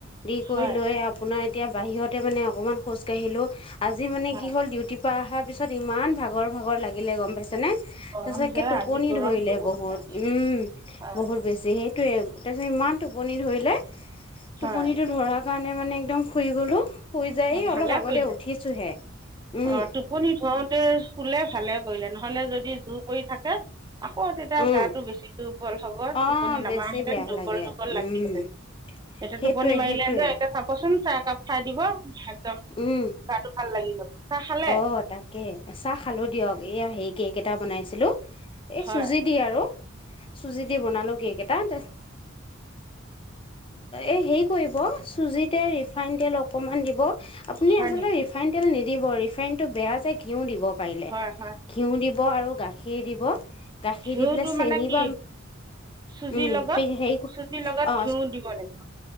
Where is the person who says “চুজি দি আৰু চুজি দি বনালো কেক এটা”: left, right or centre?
Left